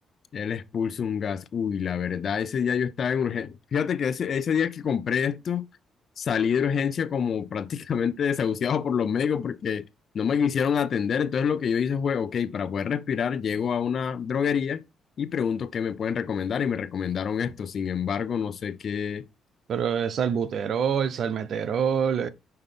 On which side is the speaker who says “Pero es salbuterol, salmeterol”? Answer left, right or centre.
Right